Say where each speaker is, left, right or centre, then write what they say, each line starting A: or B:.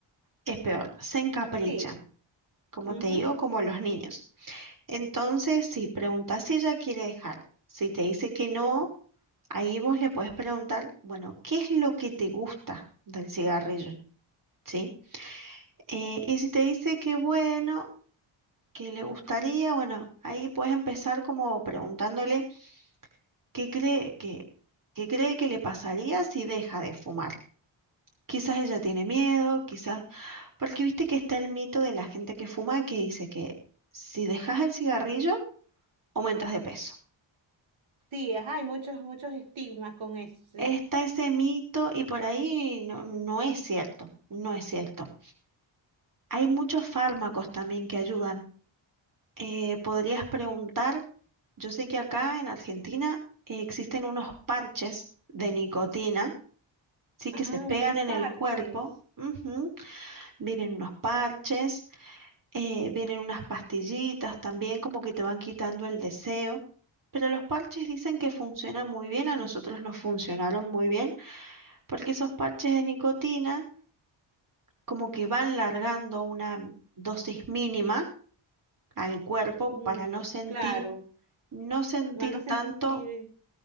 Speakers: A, on the right; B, on the right.
A: es peor, se encaprichan,
B: Sí.
A: como
B: ujú.
A: te digo, como los niños. Entonces, si preguntas si ella quiere dejar, si te dice que no, ahí vos le puedes preguntar, bueno, ¿qué es lo que te gusta del cigarrillo? ¿Sí? Eh, y si te dice que bueno, que le gustaría, bueno, ahí puedes empezar como preguntándole qué cree que, qué cree que le pasaría si deja de fumar. Quizás ella tiene miedo, quizás, porque viste que está el mito de la gente que fuma que dice que si dejas el cigarrillo, aumentas de peso.
B: Sí, ajá, hay muchos, muchos estigmas con eso,
A: Está
B: sí.
A: ese mito y por ahí no, no es cierto, no es cierto. Hay muchos fármacos también que ayudan. Eh, podrías preguntar, yo sé que acá en Argentina eh, existen unos parches de nicotina, sí que
B: Ah,
A: se pegan
B: unos
A: en
B: parches.
A: el cuerpo. ujú, Vienen unos parches, eh, vienen unas pastillitas también como que te van quitando el deseo. Pero los parches dicen que funcionan muy bien, a nosotros nos funcionaron muy bien porque esos parches de nicotina como que van largando una dosis mínima al cuerpo
B: Mm,
A: para no sentir,
B: claro.
A: no sentir
B: Van a
A: tanto,
B: sentir.